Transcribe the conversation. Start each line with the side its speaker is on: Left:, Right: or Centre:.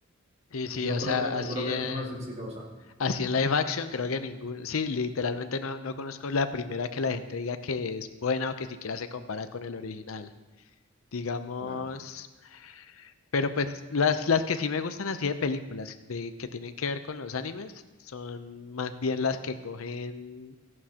Left: Sí, sí,
Right: Yo
Left: o
Right: creo
Left: sea,
Right: que, yo
Left: así
Right: creo que
Left: en,
Right: ninguna es exitosa.
Left: así en live action creo que ningún, sí, literalmente no, no conozco la primera que la gente diga que es buena o que siquiera se compara con el original. Digamos,
Right: Claro.
Left: Pero pues las, las que sí me gustan así de películas de que tienen que ver con los animes son más bien las que cogen,